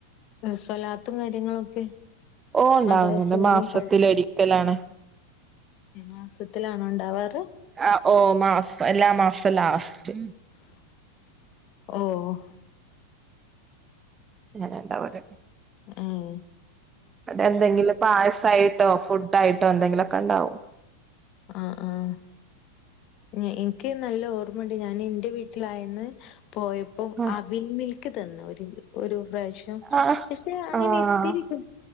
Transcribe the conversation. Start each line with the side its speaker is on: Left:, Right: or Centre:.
Left: സ്വലാത്തും കാര്യങ്ങളൊക്കെ?
Right: ഓഹ് ഉണ്ടാവുന്നുണ്ട്
Left: മദ്രസയിലും
Right: മാസത്തില് ഒരിക്കലാണ്.
Left: മാസത്തിലാണ് ഉണ്ടാവാറ്?
Right: ആഹ് ഓഹ് മാസ് എല്ലാ മാസവും ലാസ്റ്റ്.
Left: ഓഹ്.
Right: അങ്ങന ഉണ്ടാവല്
Left: ആഹ്
Right: എന്തെങ്കിലും പായസയിട്ടോ ഫുഡ് ആയിട്ടോ എന്തെങ്കിലുക്കെ ഉണ്ടാവും.
Left: ആഹ് ആഹ് ഇനിക്ക് നല്ല ഓർമ്മുണ്ട് ഞാൻ എന്റെ വീട്ടിലായെന്ന് പോയപ്പോ
Right: ആഹ്
Left: അവിൽ മിൽക്ക് തന്ന് ഒരു ഒരു പ്രാവശ്യം.
Right: ആഹ്
Left: പക്ഷെ അങ്ങനെ
Right: ആഹ്
Left: ഇത്തിരി കി